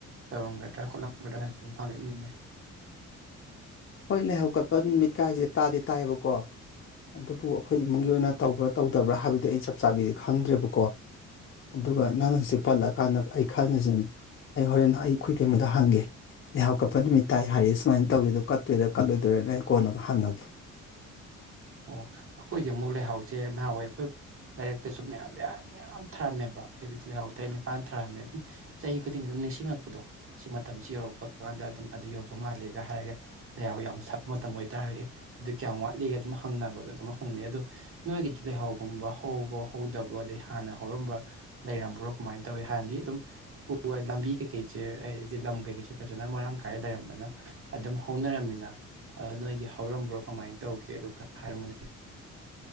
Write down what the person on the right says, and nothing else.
ꯇꯧꯔꯝꯒꯗ꯭ꯔꯥ ꯈꯣꯠꯂꯝꯒꯗ꯭ꯔꯥꯅ ꯑꯗꯨꯝ ꯍꯪꯉꯛꯏꯅꯤꯅꯦ
ꯑꯣ ꯑꯩꯈꯣꯏꯗꯤ ꯑꯃꯨꯛ ꯂꯩꯍꯥꯎꯁꯦ ꯅꯍꯥꯟꯋꯥꯏ ꯑꯩꯈꯣꯏ ꯂꯥꯏꯔꯛꯇꯁꯨ ꯃꯌꯥꯝ ꯃꯌꯥꯝ ꯃꯌꯥꯝ ꯊꯥꯔꯝꯃꯦꯕ ꯍꯥꯏꯕꯗꯤ ꯂꯩꯥꯍꯥꯎ ꯇꯔꯦꯠ ꯅꯤꯄꯥꯜ ꯊꯥꯔꯝꯃꯦ ꯑꯗꯨꯝ ꯆꯍꯤ ꯈꯨꯗꯤꯡꯒꯤ ꯑꯗꯨꯝ ꯅꯤꯡꯁꯤꯡꯉꯛꯄꯗꯣ ꯁꯤ ꯃꯇꯝꯁꯤ ꯌꯧꯔꯛꯄꯒ ꯀꯥꯟꯗ ꯑꯗꯨꯝ ꯑꯗꯨ ꯌꯧꯕ ꯃꯥꯂꯦꯒ ꯍꯥꯏꯔꯒ ꯂꯩꯍꯥꯎ ꯌꯥꯝ ꯁꯥꯠꯄ ꯃꯇꯝ ꯑꯣꯏꯇꯥꯔꯒꯗꯤ ꯑꯗꯨ ꯀꯌꯥꯝ ꯋꯥꯠꯂꯤꯒ ꯑꯗꯨꯝ ꯍꯪꯅꯕꯗꯣ ꯑꯗꯨꯝ ꯍꯪꯅꯩ ꯑꯗꯣ ꯅꯣꯏꯒꯤꯗꯤ ꯂꯩꯍꯥꯎꯒꯨꯝꯕ ꯍꯧꯕ꯭ꯔꯣ ꯍꯧꯗꯕ꯭ꯔꯣ ꯑꯗꯩ ꯍꯥꯟꯅ ꯍꯧꯔꯝꯕ ꯂꯩꯔꯝꯕ꯭ꯔꯣ ꯀꯃꯥꯏꯅ ꯇꯧꯏ ꯍꯥꯟꯅꯗꯤ ꯑꯗꯨꯝ ꯎ ꯂꯝꯕꯤ ꯀꯩꯀꯩꯁꯦ ꯍꯥꯏꯗꯤ ꯂꯝ ꯀꯩꯀꯩꯁꯦ ꯐꯖꯅ ꯃꯔꯥꯡ ꯀꯥꯏꯅ ꯂꯩꯔꯝꯕꯅ ꯑꯗꯨꯝ ꯍꯧꯅꯔꯝꯃꯤꯅ ꯅꯣꯏꯒꯤ ꯍꯧꯔꯝꯕ꯭ꯔꯣ ꯀꯃꯥꯏꯅ ꯇꯧꯒꯦ ꯑꯗꯨ ꯈꯔ ꯍꯥꯏꯔꯝꯃꯨꯅꯦ